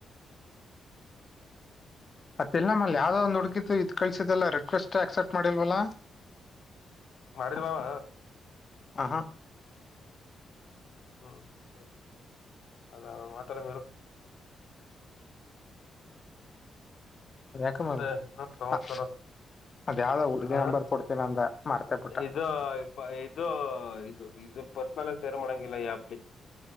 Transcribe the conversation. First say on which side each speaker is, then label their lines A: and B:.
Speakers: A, on the left; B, on the left.
A: ಅತ್ತ ಇಲ್ಲ ನಮ್ಮ ಅಲ್ಲಿ ಯಾವ್ದ ಒಂದು ಹುಡುಗಿು ಇತ್ ಕಸಿದಲ್ಲ ರಿಕ್ವೆಸ್ಟ್ ಆಕ್ಸೆಪ್ಟ್ ಮಾಡಿಲ್ವಲ್ಲ
B: ಮಾಡಿದವವ
A: ಆಹಾ
B: ಹ್ಮ್ ಸರಿ ಸರಿ ಅದ ಮಾತ್ರರು
A: ಅದ ಯಾಕ ಮದು
B: ಇನ್ನೊಂದ್ ಸಂವತ್ಸರ
A: ಹ ಅದ ಯಾವ್ದ ಹುಡುಗಿ
B: ಹ
A: ನಂಬರ್ ಕೊಡ್ತೀನ ಅಂದ ಮಾರ್ತ ಬಿಿಟ್ಟ
B: ಇದು ಇದು ಇದು ಇ ಪರ್ಸ್ನಲ್ ಸೇರ್ ಮಾಡಂಗಿಲ್ಲ ಯಪ್ಲಿ